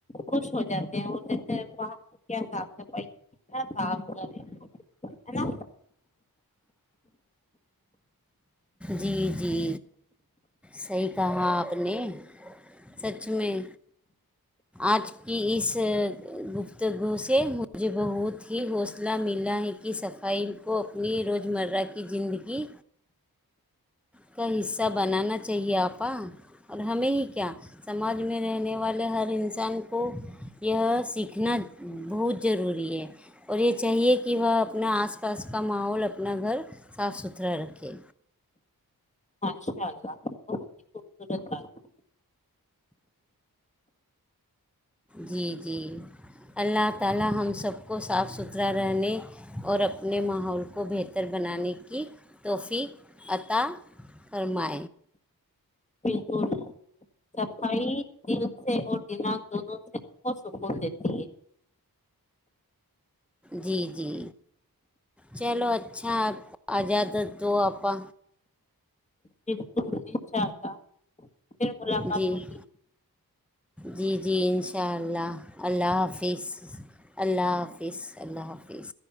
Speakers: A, on the left (about 20°); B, in the centre.
A: خوش ہو جاتے ہیں اور جسےاں کیا صاف صفائی کتنا صاف ہے نا
B: جی جی صحیح تاں آپ نے سچ میں آج کی اس گفتگو سے مجھے بہت ہی حوصلہ ملا ہے کہ صفائی کو اپنی روزمرہ کی زندگی کا حصہ بنانا چاہیے آپ کا اور ہمیں ہی کیا سماج میں رہنے والے ہر انسان کو یہ سیکھنا بہت ضروری ہے اور یہ چاہیے کہ وہ اپنا آس پاس کا ماحول اپنا گھر صاف ستھرا رکھے
A: اچشاء اللہ بہت ہی خوبصورت بات ہے
B: جی جی اللہ تعالی ہم سب کو صاف ستھرا رہنے اور اپنے ماحول کو بہتر بنانے کی توفیق عطا فرما
A: بالکل صفائی دل سے اور دماغ دونوں سے کو سکون دیتی ہے
B: جی جی چلو اچھا آجا د دو آپا
A: بالکل انشاء اللہ ملاقات
B: جی
A: ہوگی
B: جی جی انشاءاللہ اللہ حافظ اللہ حافظ اللہ حافظ